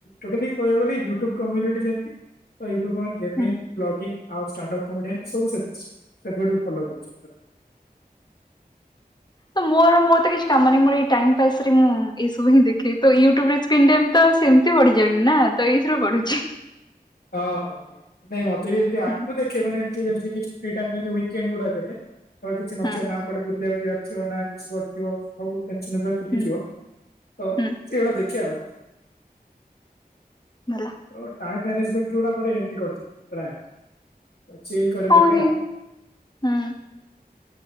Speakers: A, on the left; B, on the left.
A: କହିବା ଗ ୟୁୁବମୁ ଯେମ ଗେମିଙ୍ଗ
B: ହୁଁ
A: ବ୍ଲଗିଂ ଆଉ ଷ୍ଟାଣ୍ଡପ୍ କମେଡିଆନ୍ ସବୁ ସେ ଫଲୋ କରୁଛନ୍ତି।
B: ତ ମୋର ମତ କିଛି କାମ ମ ମୋ ଏଇ ଟାଇସରେ ମୁଁ ଏଇବୁିଁ ଦେଖେ ତ ୟୁୁବ ସ୍କ୍ର ତ ସେମିତି ଵ ଜେମ ନା ତ ଏଇଥିରୁ ପଢୁଛିି।
A: ଓଁ ହଁ ହଁ ନାଇଁ ମତେ ବି ଏମିତି ଆ
B: ହୁଁ
A: ମୁଁ ଦେଖେ ମାନେ ତି ଯେମିତି ଫ୍ରି ଟାଇମ ଯେମିତି ୱିକେଣ୍ଡ ଗୁଡାକେରେ ଅ କିଛି ନଥିବା
B: ହୁଁ
A: ନା କୁଆଡେ ବୁଲିବାକୁ ଯିବାର ଥିବାର ନା କିଛି କୁଆଡ଼ ଥିବ ସବୁ ଟେନସନ ଫ୍ରି
B: ହୁଁ
A: ଥିବ ତ ଏଇଗୁଡା
B: ହୁଁ
A: ଦେଖେ ଆଉ।
B: ଭଲ
A: ଅ ଟାଇମ ମ୍ୟାନେଜମେଣ୍ଟ ଯୋଉଗୁଡ଼ା କରେ ଏମିତି କଟିଯାଏ ପ୍ରାୟେ। ଅ ଚିଲ କରି
B: ହଁ
A: କରି କା।
B: ହିଁ ହୁଁ